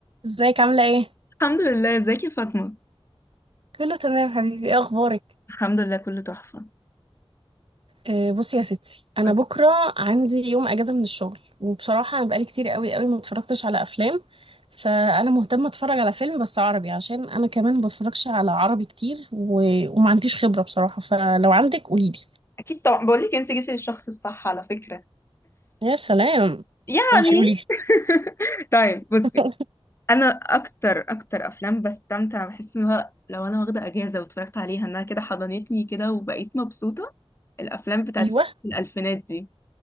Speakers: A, on the right (about 60°); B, on the left (about 25°).
A: ازيك عاملة ايه؟
B: الحمد لله ازيك يا فاطمة
A: كله تمام حبيبي ايه اخبارك؟
B: الحمد لله كله تحفة
A: أه بصي يا ستي انا
B: قولي.
A: بكرة عندي يوم اجازة من الشغل وبصراحة انا بقالي كتير قوي قوي ما اتفرجتش على افلام فانا مهتمة اتفرج على فيلم بس عربي عشان انا كمان ما بتفرجش على عربي كتير و... وما عنديش خبرة بصراحة فلو عندك قوليلي
B: اكيد طبعا بقول لك انت جيتي للشخص الصح على فكره
A: يا سلام
B: يعني
A: ماشي قوليلي
B: <laughs> طيب بصي
A: <laughs>
B: انا اكتر اكتر افلام بستمتع بحس ان هو لو انا واخدة اجازة واتفرجت عليها انها كده حضنتني كده وبقيت مبسوطة الافلام بتاعت
A: ايوه
B: فترة الالفينات دي